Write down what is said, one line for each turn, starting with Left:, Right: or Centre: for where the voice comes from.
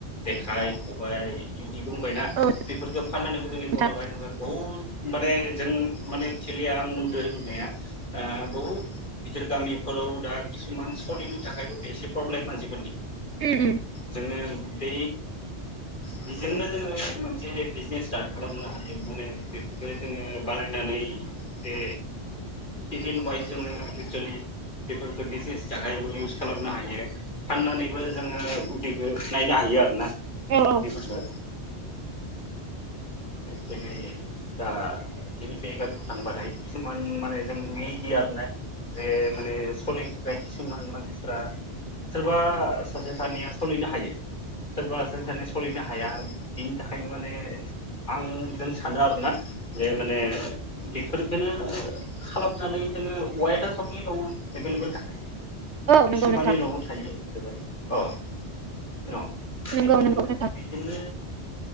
Left: जेखाइ खबाय बिदि बुंबायना
Right: औ
Left: बेफोरखौ फाननानै गोदोनि
Right: नोंथां
Left: बर' हारिया। बहुत माने जों माने थिलिया आं नुदों बुंनाया बहुद गिदिर गामिफोराव दा किसुमान सलिनो थाखायथ' एसे प्रब्लेम मानसिफोरनि।
Right: उम उम
Left: जोङो बै बेजोंनो जोङो मोनसे बिजनेस स्टार्ट खालामनो हा माने बेफोरखौ जोङो बानायनानै बे सिजेन वायस जोङो एक्सुलि बेफोरखौ डिसिसनि थाखाय इउस खालामनो हायो फाननानैबो जोङो उदैखौ नायनो हायो। आरोना
Right: औ औ
Left: बेफोरखौ जेरै दा जोंनि बे गामियाव थांबाथाय किसुमान माने जों मिडियाहोननाय बे माने सलिनो थाखाय किसुमान मानसिफ्रा सोरबा सासे सानैया सोलिनो हायो। सोरबा सोर सोलिनो हाया बिनि थाखायनो माने आं जों सानो आरोना जे माने बेफोरफोरखौनो खालामनानै जोङो औवायाथ' सबनि न'आव एभेलेबल जाखायो।
Right: औ
Left: किसुमाननि
Right: नंगौ नोंथां
Left: न'आव थायो ओब औ। न' बिजों
Right: नंगौ नंगौ
Left: नो
Right: नोंथां
Left: बिजों नो